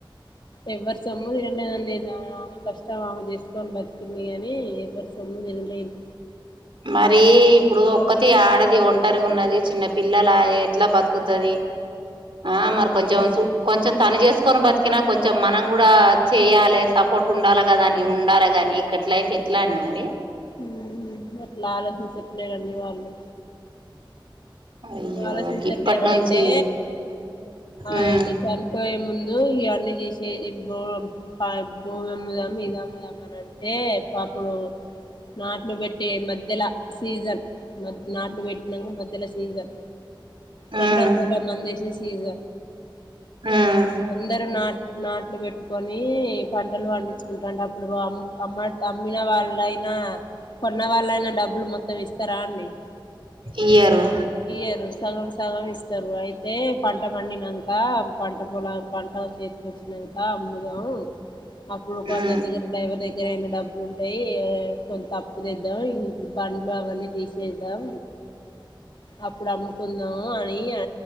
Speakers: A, on the left; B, on the right.
A: ఎవర్ సమ్ము <unintelligible> ఇద ఆమె కష్టం తము చేసుకో బ ంది గానీ ఎవరిసొము నినలేదు
B: మర్ రీ ఇప్పుడు ఒక్కతి ఆడది ఒంటరిగున్నది చిన్న పిల్లలాయె ఎట్లా బతుకుతది ఆ
A: వాళ్ళు
B: మరి కొంచెం
A: ఆలోచి
B: చూ కొంచెం తను చేసుకు కొని బతికినా కొంచెం మనం కూడా చెయ్యాలే సపోర్ట్ ఉండాలి కదా అని ఉండాలి కాగాని గట్ల అయితే ఎట్లా అండి మరి.
A: ఊహ అట్లా ఆలోచించట్లేదండి వాళ్ళు.
B: అయ్యో
A: ఆలోచించట్లేరు
B: గిప్పటి నుంచి
A: అయితే ఆయన
B: ఉమ్
A: చనిపోయే ముం దో ఇవన్నీ చేసి <unintelligible> భూమి అమ్ముదాం, ఇది అమ్ముదాం అని అంటే పాప్పుడు నాట్లు పెట్టే మధ్యల సీజన్ మ్య నాట్లు పెట్నం మధ్యలో సీజన్
B: ఉమ్
A: రెండో కోటా మందేసే సీజ
B: ఉమ్
A: అందరూ నా నాట్లు పెట్టుకొని పంటలు పండించుకుంటున్నాం. ప్పుడు వామ్మో అమ్మ అమ్మిన వాళ్ళయినా, కొన్న వాళ్ళైనా డబ్బులు మొత్తం ఇస్తారా అండి.
B: ఇయ్యరు
A: ఎరు సగం సగం ఇస్తారు. అయితే పంట పండినాక పంట పొల పంట చేతికొచ్చినాక అమ్ముదాం. అప్పుడు ఒక
B: ఉమ్
A: అన్న దగర డ్రైవదే కొద్దిగా అయినా డబ్బులు ఉంటాయి. కొంత అప్పు తెద్దాం బండ్లు అవన్నీ తీసేద్దాం. అప్పుడు అమ్ముకుందాం అని అ